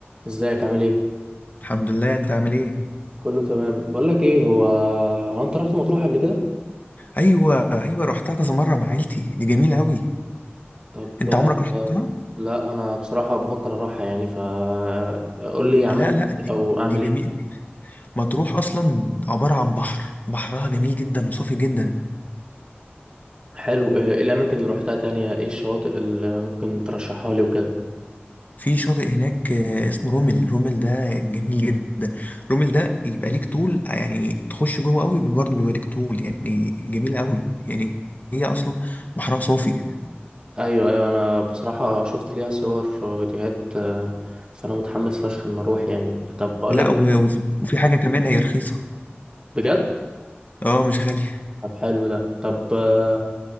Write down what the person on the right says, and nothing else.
ازيك عامل ايه
كله تمام بقول لك ايه هو هو انت رحت مطروح قبل كده
طب
آه، لا انا بصراحه بفكر اروحها يعني ف قول لي عملت
إيه
او اعمل
ايه
حلو آه، ايه الاماكن اللي روحتها تانية ايه الشواطئ اللي ممكن ترشحها لي وكده
ايوه ايوه انا بصراحه شفت ليها صور وفيديوهات آه، فانا متحمس فشخ ان اروح يعني طب اقول
لك
بجد
طب حلو ده طب آه،